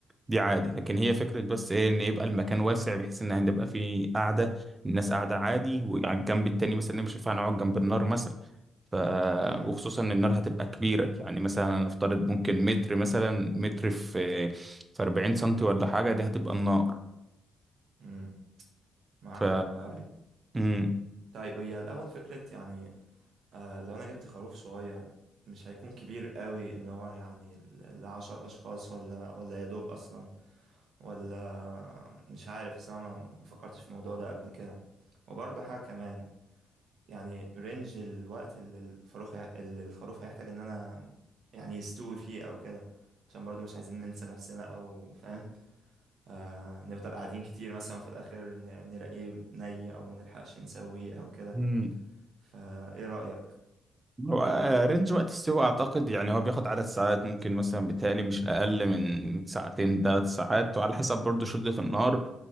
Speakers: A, on the right (about 25°); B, on the right (about 70°).
A: دي عادي لكن هي فكرة بس ايه ان يبقى المكان واسع بحيث ان هنبقى فيه قاعدة الناس قاعدة عادي وعلى الجنب التاني مثلا مش ينفع نقعد جنب النار مثلا ف
B: مم،
A: وخصوصا ان النار هتبقى كبيرة يعني مثلا نفترض ممكن متر مثلا متر في في 40 سنتي ولا حاجة دي هتبقى النار
B: مم. معاك
A: ف
B: حق أيوة.
A: مم.
B: طيب هي الأول فكرة يعني آه لو أنا جبت خروف صغير مش هيكون كبير قوي اللي هو يعني ل- لعشر أشخاص ولا ولا يا دوب أصلا ولا مش عارف أصل أنا ما ما فكرتش في الموضوع ده قبل كده وبرضه حاجة كمان يعني رينج الوقت اللي الفاروخ هي- اللي الخروف هيحتاج ان انا يعني يستوي فيه او كده عشان برضو مش عايزين ننسى نفسنا او فاهم آه نفضل قاعدين كتير مثلا وفي الاخر ن- نلاقيه ني او ما نلحقش نسويه او كده
A: مم.
B: فايه رأيك
A: هو آه، رينج وقت السوق اعتقد يعني هو بياخد عدد ساعات ممكن مثلا بيتهيألي مش اقل من ساعتين ثلاث ساعات وعلى حسب برضه شدة النار